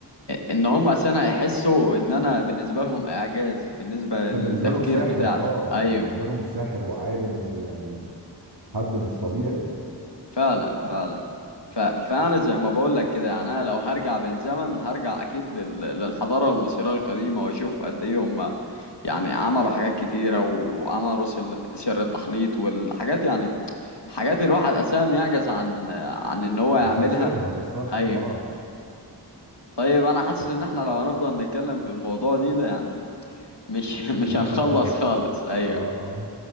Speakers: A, on the left; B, on the right.
A: ان هم اساسا هيحسوا ان انا بالنسبه لهم اعجاز بالنسبه
B: طب
A: للتفكير
B: بالنسبه لهم ساحر
A: بتاعي
B: اه
A: ايوه
B: بالنسبه لهم ساحر وعالم ويعني حد مش طبيعي يعني
A: فعلا فعلا ف... فانا زي ما بقول لك كده يعني انا لو هرجع بالزمن هرجع اكيد لل... للحضاره المصريه القديمه واشوف قد ايه هم يعني عملوا حاجات كتيره وعملوا سل... سر التحنيط والحاجات يعني حاجات الواحد اساسا يعجز عن عن ان هو يعملها
B: انت في سرها بالظبط
A: ايوه
B: اه
A: طيب انا حاسس
B: ت-
A: ان احنا لو هنفضل نتكلم في الموضوع دي ده يعني مش <laughs> مش
B: هياخد
A: هنخلص
B: معايا وقت
A: خالص ايوه
B: اه اه